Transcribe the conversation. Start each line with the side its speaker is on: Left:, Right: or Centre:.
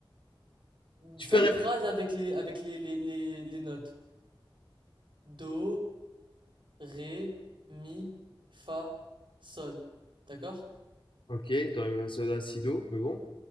Left: Tu
Right: fais
Left: peux répéter.
Right: une phrase avec les, avec les, les, les, les notes. Do, ré, mi, fa, sol. D'accord?
Left: Ok, do, ré, mi, fa, sol, la, si, do, mais bon.